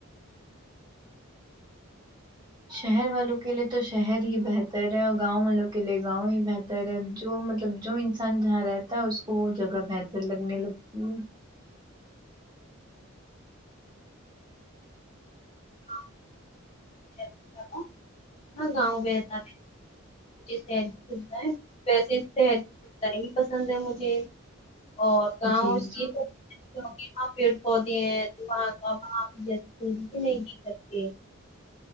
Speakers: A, on the right; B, on the left.
A: شہر والوں کے لیے تو شہر ہی بہتر ہے اور گاؤں والوں کے لیے گاؤں ہی بہتر طر ہے جو مطلب جو انسان جہاں رہتا ہے اس کو وہ جگہ بہتر لگنے لگتی ہے
B: <inaudible> ہاں گاؤں بہتر ہے <unintelligible> اور گاؤں
A: جی
B: اس کی
A: جی
B: <unintelligible> کیونکی وہاں پیڑ پودے ہیں تو وہاں اب آپ <unintelligible> بھی نہیں جی سکتے